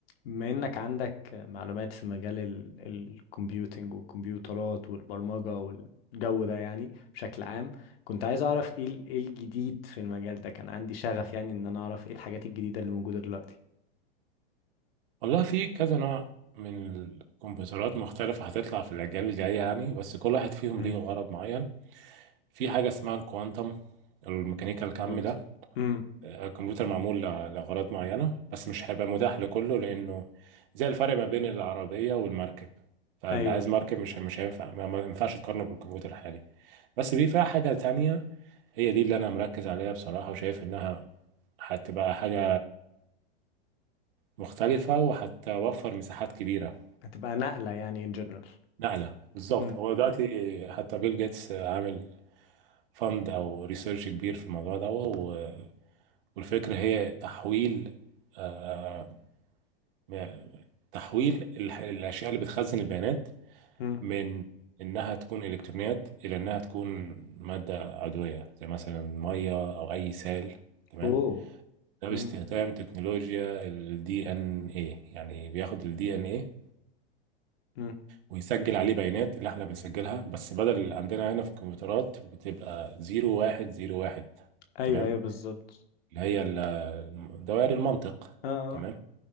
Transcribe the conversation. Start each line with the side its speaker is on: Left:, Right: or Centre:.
Left: بما انك عندك معلومات في مجال ال- الكمبيوتينج والكمبيوترات والبرمجة والجو ده يعني بشكل عام كنت عايز اعرف ايه ال- إيه الجديد في المجال ده كان عندي شغف يعني ان انا اعرف ايه الحاجات الجديدة اللي موجودة دلوقتي
Right: والله في كذا نوع من الكمبيوترات مختلفة هتطلع في الأجيال الجاية يعني بس كل واحد فيهم
Left: امم
Right: ليه غرض معين في حاجة اسمها الكوانتم الميكانيكا الكم
Left: كنت
Right: ده
Left: امم
Right: آه، الكمبيوتر معمول ل- لأغراض معينة بس مش هيبقى متاح لكله لأنه زي الفرق ما بين العربية والمركب فاللي
Left: ايوه
Right: عايز مركب مش مش هينفع ما ما ينفعش تقارنه بالكمبيوتر الحالي بس في فيها حاجة تانية هي دي اللي أنا مركز عليها بصراحة وشايف إنها هتبقى حاجة مختلفة وهتوفر مساحات كبيرة
Left: هتبقى نقلة يعني ان جنرال
Right: نقلة بالظبط
Left: امم
Right: هو دلوقتي حتى بيل جيتس عامل فند او ريسيرش كبير في الموضوع ده و- والفكرة هي تحويل آه، م- تحويل الح- الاشياء اللي بتخزن البيانات
Left: امم
Right: من انها تكون الكترونيات الى انها تكون مادة عضوية زي مثلا مية او اي سائل تمام
Left: اوه
Right: ده باستخدام
Left: امم
Right: تكنولوجيا الدي ان ايه يعني بياخد الدي ان ايه
Left: امم
Right: ويسجل عليه بيانات اللي احنا بنسجلها بس بدل اللي عندنا هنا في الكمبيوترات بتبقى زيرو واحد زيرو واحد
Left: ايوه
Right: تمام
Left: ايوه بالظبط
Right: اللي هي ال- دوائر المنطق
Left: اه اه
Right: تمام